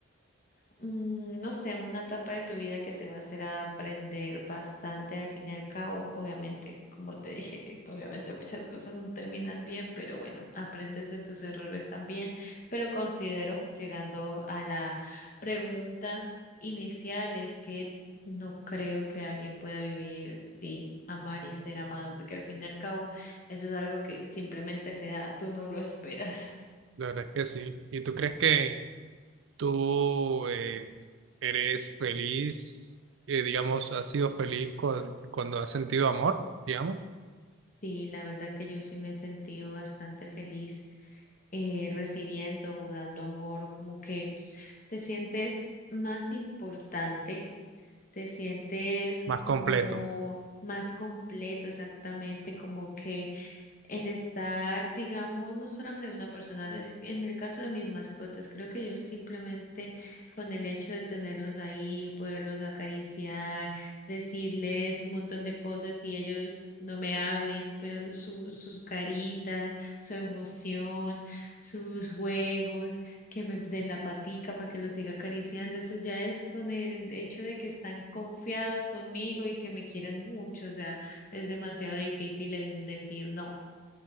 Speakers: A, on the left (about 40°); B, on the right (about 65°).
A: mm, no sé, una etapa de tu vida que te va a hacer aprender bastante al fin y al cabo. Obviamente, como te dije, <laughs> obviamente muchas cosas no terminan bien, pero bueno, aprendes de tus errores también. Pero considero, llegando a la pregunta inicial, es que no creo que alguien pueda vivir sin amar y ser amado, porque al fin y al cabo eso es algo que simplemente se da, tú no lo esperas. <laughs>
B: La verdad es que sí. ¿Y tú crees que tú eh, eres feliz, eh, digamos, has sido feliz cuan- cuando has sentido amor, digamos,
A: Sí, la verdad que yo sí me he sentido bastante feliz eh, recibiendo o dando amor, como que te sientes más importante, te sientes
B: más
A: como
B: completo?
A: más completo exactamente, como que el estar, digamos, no solamente de una persona, es- en el caso de mis mascotas, creo que yo simplemente con el hecho de tenerlos ahí, poderlos acariciar, decirles un montón de cosas y ellos no me hablen, pero su- sus caritas, su emoción, sus juegos, que me den la patica para que los siga acariciando, eso ya es con el hecho de que están confiados conmigo y que me quieren mucho, o sea, es demasiado difícil el decir no.